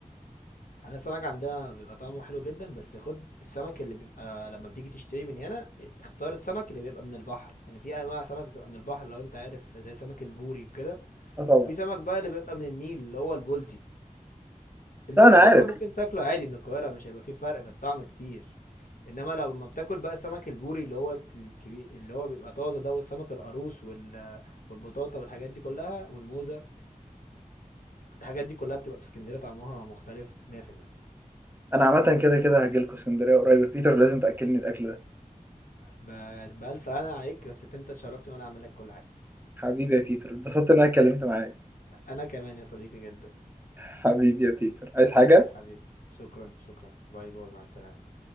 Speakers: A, on the left; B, on the right.
A: احنا السمك عندنا بيبقى طعمه حلو جدا بس خد السمك اللي بيبقى لما بتيجي تشتري من هنا اختار السمك اللي بيبقى من البحر يعني في انواع سمك بتبقى من البحر لو انت عارف زي سمك البوري وكده
B: اه طبعا
A: وفي سمك بقى اللي بيبقى من النيل اللي هو البولتي البولتي
B: لا انا عارف
A: ده انت ممكن تاكله عادي من القاهرة مش هيبقى فيه فرق في الطعم كتير انما لو لما بتاكل بقى السمك البوري اللي هو الكبير اللي هو بيبقى طازه ده والسمك القاروص وال... والبطاطا والحاجات دي كلها والموزة الحاجات دي كلها بتبقى في اسكندرية طعمها مختلف 100%
B: انا عامه كده كده هاجي لكم اسكندريه قريب بيتر لازم تاكلني الاكل ده
A: ب- بألف هنا عليك بس انت تشرفني وانا اعمل لك كل حاجة
B: حبيبي يا بيتر اتبسطت ان انا اتكلمت معاك
A: انا كمان يا صديقي جدا
B: حبيبي يا بيتر عايز
A: حبيبي
B: حاجة
A: حبيبي شكرا شكرا باي باي مع السلامة